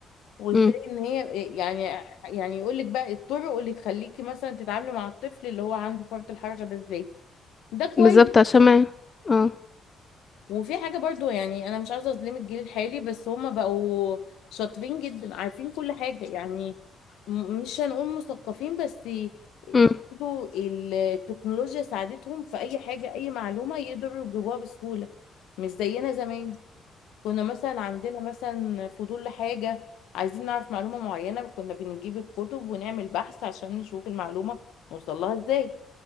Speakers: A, on the left; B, on the left.
A: وازاي
B: امم
A: ان هي إيه، يعني يعني يقول لك بقى الطرق اللي تخليكي مثلا تتعاملي مع الطفل اللي هو عنده فرط الحركه ده ازاي ده كويس
B: بالظبط عشان ما اه
A: وفي حاجة برضو يعني أنا مش عايزة أظلم الجيل الحالي بس هما بقوا شاطرين جدا عارفين كل حاجة يعني م- مش هنقول مثقفين بس
B: امم
A: برضو التكنولوجيا ساعدتهم في أي حاجة أي معلومة يقدروا يجيبوها بسهولة مش زينا زمان كنا مثلا عندنا مثلا فضول لحاجة عايزين نعرف معلومة معينة كنا بنجيب الكتب ونعمل بحث عشان نشوف المعلومة نوصلها ازاي